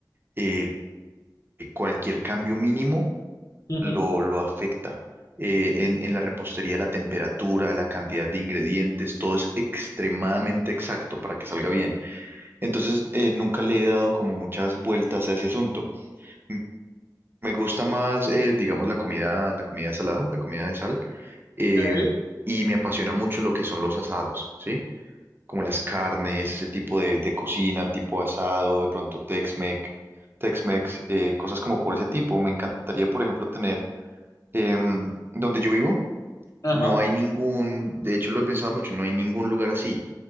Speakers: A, on the right; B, on the left.
A: eh, cualquier cambio mínimo
B: Ujú,
A: lo, lo afecta. Eh, en, en la repostería la temperatura, la cantidad de ingredientes, todo es extremadamente exacto para que salga bien. Entonces, eh, nunca le he dado como muchas vueltas a ese asunto. M- Me gusta más, eh, digamos, la comida, la comida salada, la comida de sal, eh,
B: ok,
A: y me apasiona mucho lo que son los asados, ¿sí? Como las carnes, ese tipo de, de cocina, tipo asado, de pronto Tex-Mex, Tex-Mex, eh, cosas como por ese tipo. Me encantaría, por ejemplo, tener, em, donde yo vivo,
B: Ajá.
A: no hay ningún, de hecho lo he pensado mucho, no hay ningún lugar así